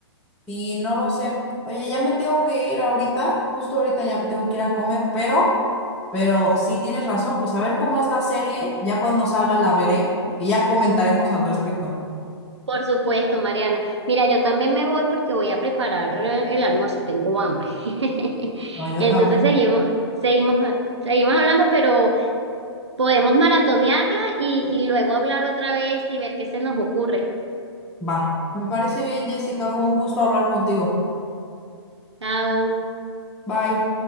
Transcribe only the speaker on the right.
Por supuesto, Mariana. Mira, yo también me voy porque voy a preparar eh, el almuerzo, tengo hambre. <laughs>
Entonces
seguimos, seguimos, seguimos hablando, pero podemos maratonearla y, y luego hablar otra vez y ver qué se nos ocurre.
Chao.